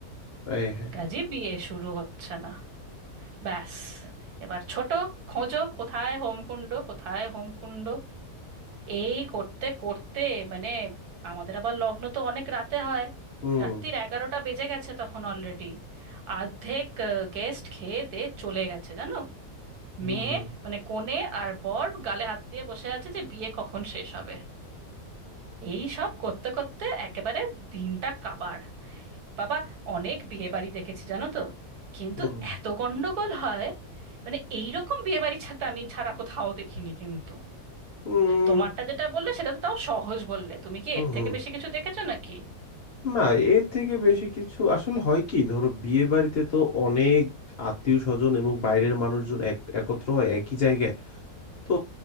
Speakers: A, on the left; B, on the right.
A: এই হ্যাঁ
B: কাজী বিয়ে শুরু হচ্ছে না ব্যাস এবার ছোট খোঁজো কোথায় হোমকুণ্ড কোথায় হোমকুণ্ড এই করতে করতে মানে আমাদের আবার লগ্ন তো অনেক রাতে হয়
A: হুম
B: রাত্রির এগারোটা বেজে গেছে তখন অলরেডি অর্ধেক গেস্ট খেয়ে দে চলে গেছে জানো
A: হুম
B: মেয়ে
A: হুম
B: মানে কনে আর বর গালে হাত দিয়ে বসে আছে যে বিয়ে কখন শেষ হবে এই সব করতে করতে একেবারে দিনটা কাবার বাবা অনেক বিয়ে বাড়ি দেখেছি জানো তো কিন্তু
A: হুম
B: এত গন্ডগোল হয় মানে এইরকম বিয়ে বাড়ি ছাড়া আমি ছাড়া কোথাও দেখিনি কিন্তু
A: হুম
B: তোমারটা যেটা বললে সেটা তো তাও সহজ বললে তুমি কি
A: হুম
B: এর থেকে
A: হুম।
B: বেশি কিছু দেখেছো নাকি
A: না এর থেকে বেশি কিছু আসলে হয় কি ধরো বিয়ে বাড়িতে তো অনেক আত্মীয় স্বজন এবং বাইরের মানুষজন এক- একত্র হয় একই জায়গায় তো